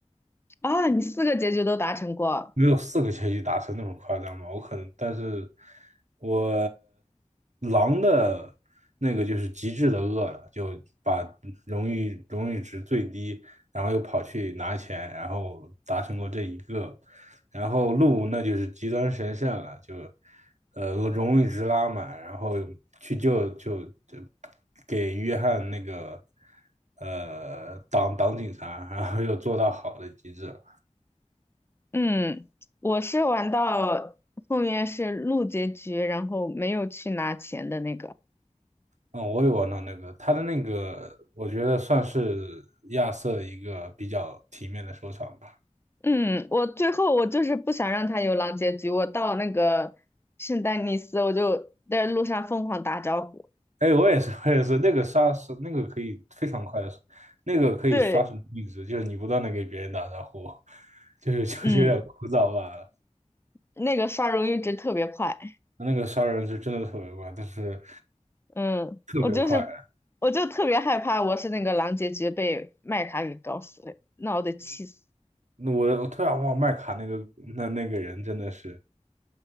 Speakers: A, on the left; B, on the right.
A: 啊，你四个结局都达成过。
B: 没有四个全息达成那么夸张吧？我可能，但是我狼的那个就是极致的饿了，就把荣誉荣誉值最低，然后又跑去拿钱，然后达成过这一个。然后鹿那就是极端神圣了，就呃荣誉值拉满，然后去救就就给约翰那个呃挡挡警察，然后又做到好的极致了。
A: 嗯，我是玩到后面是鹿结局，然后没有去拿钱的那个。
B: 嗯，我也玩到那个，他的那个，我觉得算是亚瑟的一个比较体面的收场吧。
A: 嗯，我最后我就是不想让他有狼结局，我到那个圣丹尼斯，我就在路上疯狂打招呼。
B: 哎，我也是，我也是，那个杀是那个可以非常快的，那个可以刷什么币值，
A: 对，
B: 就是你不断的给别人打招呼，<laughs> 就是就是有点枯燥罢了。
A: 嗯，那个刷荣誉值特别快。
B: 那个杀人是真的特别快，但是
A: 嗯，
B: 特别快。
A: 我就是，我就特别害怕，我是那个狼结局被麦卡给搞死了，那我得气死。
B: 那我我突然忘了麦卡那个那那个人真的是，